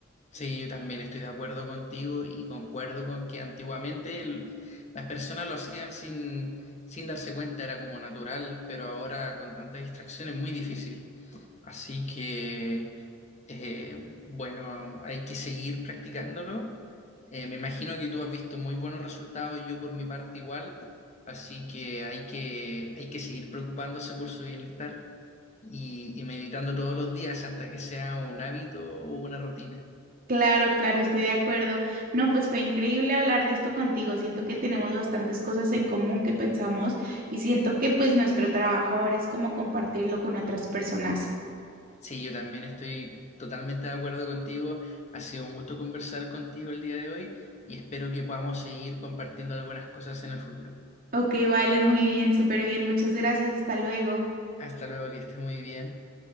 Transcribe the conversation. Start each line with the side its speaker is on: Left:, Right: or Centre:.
Left: Sí, yo también estoy de acuerdo contigo y concuerdo con que antiguamente el- las personas lo hacían sin, sin darse cuenta, era como natural, pero ahora con tanta distracción es muy difícil. Así que, eh, bueno, hay que seguir practicándolo. Eh, me imagino que tú has visto muy buenos resultados, yo por mi parte igual, así que hay que, hay que seguir preocupándose por su bienestar y, y meditando todos los días hasta que sea un hábito o una rutina.
Right: Claro, claro, estoy de acuerdo. No, pues fue increíble hablar de esto contigo. Siento que tenemos bastantes cosas en común que pensamos y siento que pues nuestro trabajo ahora es como compartirlo con otras personas.
Left: Sí, yo también estoy totalmente de acuerdo contigo. Ha sido un gusto conversar contigo el día de hoy y espero que podamos seguir compartiendo algunas cosas en el futuro.
Right: Ok, vale, muy bien, súper bien. Muchas gracias. Hasta luego.
Left: Hasta luego, que estés muy bien.